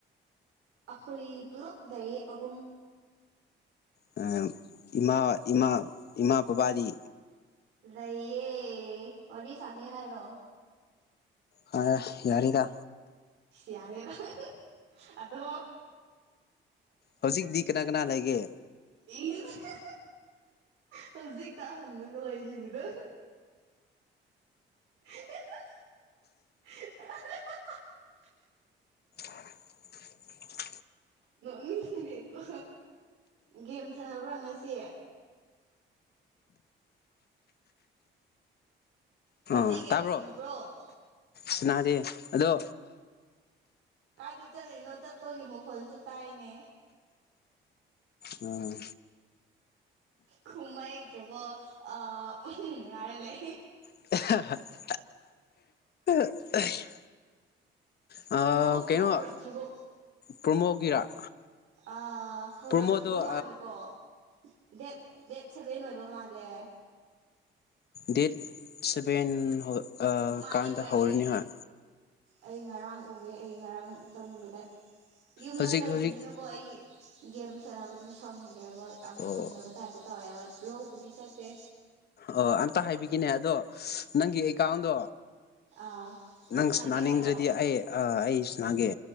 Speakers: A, on the right; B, on the left.
A: ꯑꯈꯣꯏ ꯄꯨꯂꯞ ꯂꯩꯌꯦ ꯑꯍꯨꯝ
B: ꯑꯝ ꯏꯃꯥ ꯏꯃꯥ ꯏꯃꯥ ꯕꯥꯕꯥꯗꯤ
A: ꯂꯩꯌꯦ ꯋꯥꯔꯤ ꯁꯥꯒꯦ ꯍꯥꯏꯔꯣ
B: ꯍꯥ ꯌꯥꯅꯤꯗ
A: ꯁꯤ ꯌꯥꯔꯦ ꯅꯪ ꯑꯗꯣ
B: ꯍꯧꯖꯤꯛꯇꯤ ꯀꯅꯥ ꯀꯅꯥ ꯂꯩꯒꯦ
A: ꯏꯁ ꯍꯧꯖꯤꯛꯇ ꯍꯪꯕ ꯂꯣꯏꯈꯤꯕꯗꯣ <unintelligible>
B: <inaudible>
A: ꯅꯣꯛꯅꯤꯡꯗꯦꯀꯣ ꯒꯦꯝ ꯁꯥꯟꯅꯕ꯭ꯔꯥ ꯉꯁꯤ ꯉꯁꯤ
B: ꯑꯣ
A: ꯒꯦꯝ
B: ꯇꯥꯕ꯭ꯔꯣ
A: ꯁꯥꯟꯅꯕ꯭ꯔꯣ
B: ꯁꯤꯅꯥꯔꯗꯤ ꯑꯗꯣ
A: ꯀꯥꯏꯗ ꯆꯠꯂꯤꯅꯣ ꯆꯠꯄꯒꯤ ꯃꯈꯣꯟꯜꯁꯨ ꯇꯥꯏꯅꯦ
B: ꯉꯥ
A: ꯈꯨꯝꯕ ꯍꯩꯇ꯭ꯔꯕꯣ ꯑꯥ ꯎꯝꯍꯨꯝ ꯉꯥꯏꯔ ꯂꯩ
B: <unintelligible> <unintelligible>
A: ꯐ꯭ꯔꯣꯃꯣꯒꯤꯗꯣ
B: ꯎꯝ ꯀꯩꯅꯣ
A: ꯍꯧꯔꯛꯊꯤꯕꯣ
B: ꯄ꯭ꯔꯣꯃꯣꯒꯤꯔꯥ
A: ꯑ ꯍꯧꯔꯛꯇ꯭ꯔꯤꯕ
B: ꯄ꯭ꯔꯣꯃꯣꯗꯣ
A: ꯃꯥꯜꯂꯦꯀꯣ ꯗꯦꯠ ꯗꯦꯠ ꯁꯦꯚꯦꯟ ꯑꯣꯏꯕ ꯃꯥꯜꯂꯦ
B: ꯗꯦꯠ ꯁꯚꯦꯟ ꯍꯣ ꯑ
A: ꯃꯥꯅꯦ
B: ꯀꯥꯟꯗ
A: ꯍꯣꯏ
B: ꯍꯧꯔꯅꯤ
A: ꯑꯩ
B: ꯍꯥꯏ
A: ꯑꯩ ꯉꯔꯥꯡ ꯎꯋꯦ ꯑꯩ ꯉꯔꯥꯡ ꯆꯪꯕꯗ ꯌꯨꯝꯗ
B: ꯍꯧꯖꯤꯛ
A: ꯂꯩꯕꯅꯤꯅ
B: ꯍꯧꯖꯤꯛ
A: ꯀꯣ ꯑꯩ ꯒꯦꯝ ꯁꯥꯟꯅꯕꯗꯨ ꯁꯪꯗ꯭ꯔꯦꯕ ꯌꯥꯝ
B: ꯑꯣ
A: ꯁꯪꯗꯕ ꯇꯥꯏꯞꯇ ꯇꯧꯋꯦꯕ ꯂꯧꯕꯨꯗꯤ ꯆꯠꯇꯦ
B: ꯑꯣ ꯑꯝꯇ ꯍꯥꯏꯕꯤꯒꯤꯅꯦ ꯑꯗꯣ ꯅꯪꯒꯤ ꯑꯦꯀꯥꯎꯟꯗꯣ
A: ꯑꯥ
B: ꯅꯪ
A: ꯁꯥꯟꯅꯒꯦ
B: ꯁꯅꯥꯅꯤꯡꯗ꯭ꯔꯗꯤ
A: ꯍꯥꯏꯔꯣ
B: ꯑꯩ ꯑ ꯑꯩ ꯁꯨꯅꯥꯒꯦ